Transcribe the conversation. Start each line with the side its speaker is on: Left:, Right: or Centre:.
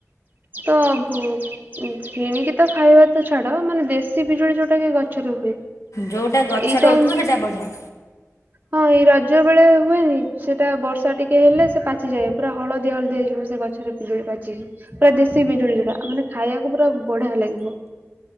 Right: ତ ବୁ କିଣିକି ତ ଖାଇବା ତ ଛାଡ ମାନେ ଦେଶୀ ବିଜୁଳି ଯୋଉଟା କି ଗଛରେ ହୁଏ।
Left: ଯେଉଁଟା ଗଛ
Right: ଏଇ
Left: ରହୁଥିବ
Right: ଟାଇମ
Left: ସେଇଟା ବଢ଼ିଆ।
Right: ହଁ ଏଇ ରଜ ବେଳେ ହୁଏନି ସେଟା ବର୍ଷା ଟିକେ ହେଲେ ସେ ପାଚିଯାଏ ପୁରା ହଳଦୀ ହଳଦି ହେଇଯିବ ସେ ଗଛ। ଗଛରେ ବିଜୁଳି ପାଚିକି ପୁରା ଦେଶୀ ବିଜୁଳି ଯୋଡା ମାନେ ଖାଇବାକୁ ପୁରା ବଢିଆ ଲାଗିବ।